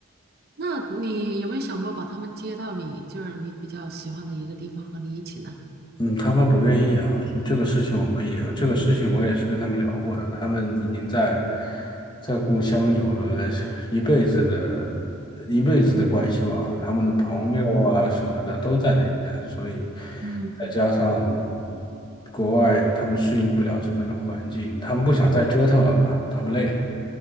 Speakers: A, on the right; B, on the left.
A: 那你有没有想过把他们接到你就是你比较喜欢的一个地方和你一起呢？
B: 嗯，他们不愿意啊，这个事情我们也，这个事情我也是跟他们聊过的，
A: 嗯
B: 他们已经在在故乡有了一辈子的一辈子的关系网了他们的朋友啊什么的都在那边，所以
A: 嗯，
B: 再加上国外他们适应不了这边的环境，他们不想再折腾了吧，他们累了。